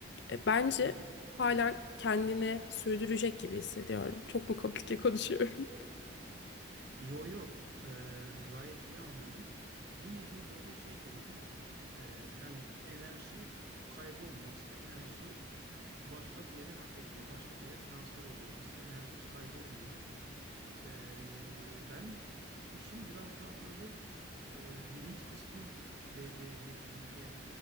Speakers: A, on the left; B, on the right.
A: e, bence
B: Hı hı.
A: hala kendini sürdürecek gibi hissediyorum. Çok mu komplike konuşuyorum?
B: Yo yo Ee, gayet iyi anlıyorum. Bir nevi böyle şey gibi değil mi? Ee, yani enerji kaybolmuyor. Aslında enerji başka bir yere naklediliyor. Başka bir yere transfer oluyor. Aslında enerji hiç kaybolmuyor. Ee, ben işin biraz daha böyle e, bilinç kısmı devreye girdiğinde